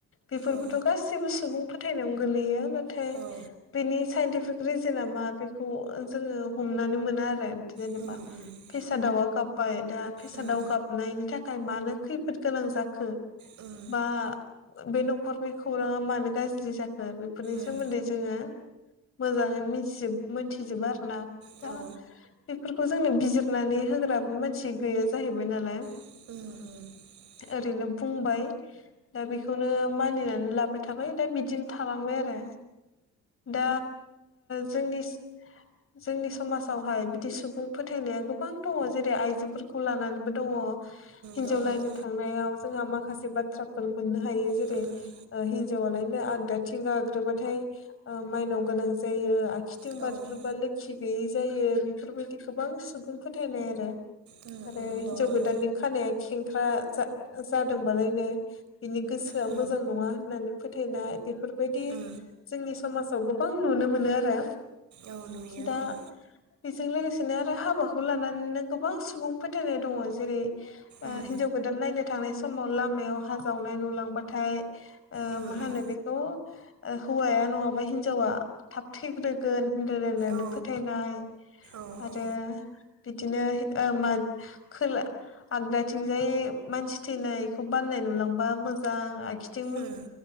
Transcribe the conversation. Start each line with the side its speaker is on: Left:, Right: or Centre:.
Left: बेफोरबोथ'
Right: औ
Left: गाैबो सुबुं फोथायनायावनो गोलैयो नाथाय
Right: औ
Left: बेनि साइन्टिफिक रिजोनना मा बेखौ जोङो हमनानै मोना आरोे जेने
Right: <unintelligible>
Left: फेसादावा गाबबाय दा फेसादाव
Right: उम
Left: गाबनायनि थाखाय मानो खैफोद गोनां जाखो
Right: उम
Left: बा बे न'खरनि खौराङा मानो गाज्रि जाखो बेफोरनि
Right: उम
Left: सोमोन्दै जोङो मोजाङै मिथिजोब मोनथिजोबा आरो ना
Right: औ उम
Left: दा बेफोर खौ जोंनो बिजिरनानै होग्राबो मानसि गैया जाहैबाय नालाय
Right: <unintelligible>
Left: ओरैनो बुंबाय दा बेखौनो मानिनानै लाबाय थाबाय दा बिदिनो थालांबाय आरो दा जोंनि जोंनि समाजावहाय बिदि सुबुं फोथायनाया गोबां दङ जेरै आइजोफोरखौ लानानैबो दङ हिनजाव
Right: नंगौ
Left: नायनो थांनायाव जोंहा माखासे बाथ्राफोर मोननो हायो जेरै
Right: उम
Left: हिनजावालायनो आगदाथिं गाग्रोबाथाय माइनाव गोनां जायो आखसिथिं
Right: ओं
Left: बारग्रोबा लोखि गैयै जायो बेफोरबायदि गोबां सुबुं फोथायनाय आरो
Right: उम
Left: आरो
Right: उम
Left: हिनजाव
Right: दङ
Left: गोदाननि खानाया खेंख्रा जादोंबालायनो बिनि गोसोआ
Right: दङ उम औ उम दङ
Left: मोजां नङा होननानै फोथायनाय बेफोरबायदि
Right: उम
Left: जोंनि समाजाव गोबां नुनो मोनो आरो
Right: औ नुयो
Left: दा
Right: औ
Left: बेजों लोगोसे बिदिनो आरो हाबाखौ लानानैनो गोबां सुबुं फोथायनाय दङ जेरै
Right: उम
Left: हिनजाव गोदान नायनो थांनाय समाव लामायाव हाजावनाय नुलांबाथाय
Right: उम
Left: मा होनो
Right: उम
Left: बेखौ हौवाया नङाबा हिनजावा थाब थैग्रोगोन होनलायलायनानै
Right: औ
Left: फोथायनाय
Right: औ औ
Left: आरो बिदिनो ओ मा खोला आगदाथिंजाय मानसि थैनायखौ बाननाय नुलांबा मोजां आखिथिं
Right: उम